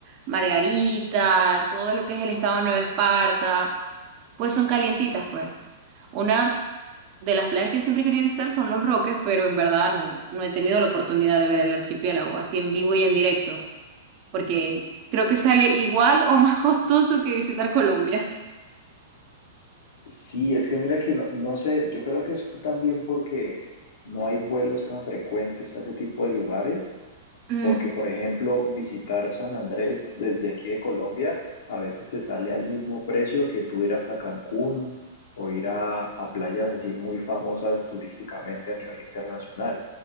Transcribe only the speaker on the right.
Margarita, todo lo que es el estado de Nueva Esparta, pues son calientitas, pues. Una de las playas que yo siempre he querido visitar son Los Roques, pero en verdad no, no he tenido la oportunidad de ver el archipiélago así en vivo y en directo, porque creo que sale igual o <laughs> más costoso que visitar Colombia.
Mm,